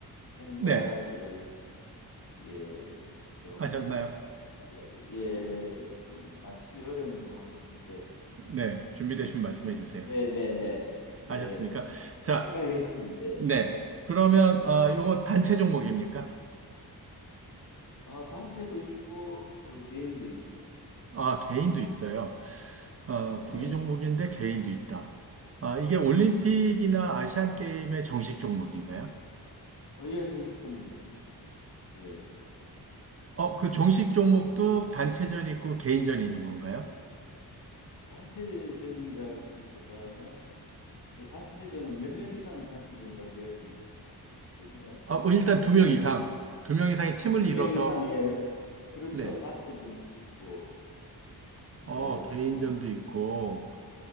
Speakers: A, on the left; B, on the right.
A: 생각을
B: 네.
A: 예, 좀
B: 하셨나요?
A: 예, 예, 좀 맞추기 어려운 걸로 하고 싶은데
B: 네. 준비되시면 말씀해 주세요.
A: 네, 네, 네.
B: 하셨습니까?
A: 예.
B: 자.
A: 생각했습니다. 예.
B: 네. 그러면 어, 요거 단체 종목입니까?
A: 어, 단체도 있고 어, 개인도 있죠.
B: 아, 개인도 있어요. 어,
A: 네,
B: 구기
A: 네.
B: 종목인데 개인도 있다. 아, 이게 올림픽이나 아시안 게임의 정식 종목인가요?
A: 어, 예, 정식 전문입니다. 예.
B: 어, 그 정식 종목도 단체전 있고 개인전이 있는 건가요?
A: 단체전이라기보다는, 예, 단체전은 몇 명 이상을 단체전이라 그래야 되는지 잘 모르겠네요.
B: 아, 뭐 일단
A: 하여튼,
B: 두 명
A: 여러,
B: 이상,
A: 명,
B: 두 명 이상의 팀을
A: 두
B: 이뤄서
A: 명 이상의, 그렇죠.
B: 네.
A: 단체전도 있고, 네,
B: 어, 개인전도
A: 예, 그렇습니다.
B: 있고